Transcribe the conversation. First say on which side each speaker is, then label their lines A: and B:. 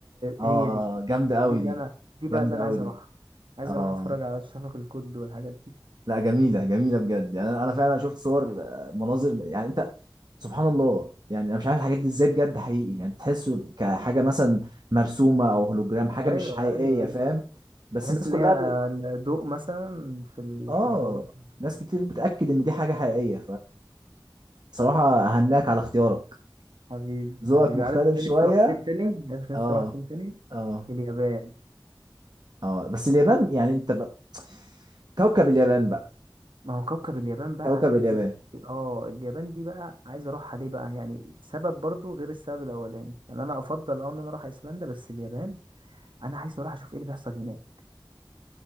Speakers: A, on the right; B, on the right.
A: اه
B: هي دي
A: جامده قوي
B: دي اللي
A: دي
B: انا دي بقى
A: جامده
B: اللي انا
A: قوي
B: عايز
A: دي
B: اروحها عايز
A: اه
B: اروح اتفرج على الشفق القد والحاجات دي
A: لا جميلة جميلة بجد يعني أنا أنا فعلا شفت صور آه، مناظر يعني أنت سبحان الله يعني أنا مش عارف الحاجات دي إزاي بجد حقيقي يعني تحسه كحاجة مثلا مرسومة أو هولوجرام حاجة
B: ايوه
A: مش حقيقية
B: ايوه ايوه
A: فاهم بس
B: تحس
A: الناس
B: ان
A: كلها
B: هي
A: ب...
B: ضوء مثلا في ال-
A: آه
B: في الفضاء
A: ناس كتير بتأكد إن دي حاجة حقيقية فصراحة أهناك على اختيارك
B: حبيبي
A: ذوقك
B: حبيبي
A: مختلف
B: عارف
A: شوية
B: أنا نفسي أروح فين تاني عارف نفسي
A: آه
B: أروح فين تاني
A: آه
B: اليابان
A: آه بس اليابان يعني أنت بقى كوكب اليابان بقى
B: ما هو كوكب اليابان بقى
A: كوكب
B: عشان
A: اليابان
B: إيه اه اليابان دي بقى عايز أروحها ليه بقى يعني سبب برضو غير السبب الأولاني يعني أنا أفضل أه إن أنا أروح أيسلندا بس اليابان أنا عايز أروح أشوف إيه اللي بيحصل هناك